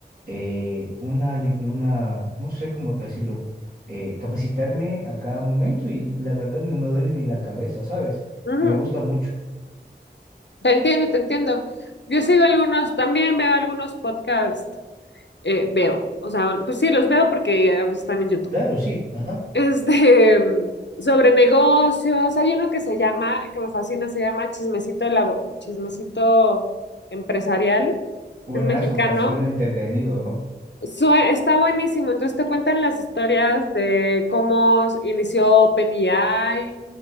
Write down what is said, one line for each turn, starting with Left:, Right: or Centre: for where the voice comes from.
Right: eh, una, ali- una, no sé cómo decirlo, eh, capacitarme a cada momento y la verdad no me duele ni la cabeza, ¿sabes?
Left: Ujú.
Right: Me gusta mucho.
Left: Te entiendo, te entiendo. Yo sigo algunos, también veo algunos podcasts, eh, veo, o sea, pues sí, los veo porque a veces están en YouTube.
Right: Claro,
Left: <laughs>
Right: sí, ajá.
Left: Este, mm, sobre negocios, hay uno que se llama, que me fascina, se llama Chismecito, Labo- Chismecito Empresarial,
Right: Buenazo,
Left: que es mexicano.
Right: hasta suena entretenido, ¿no?
Left: Su- está buenísimo, entonces te cuentan las historias de cómo inició OpenAI,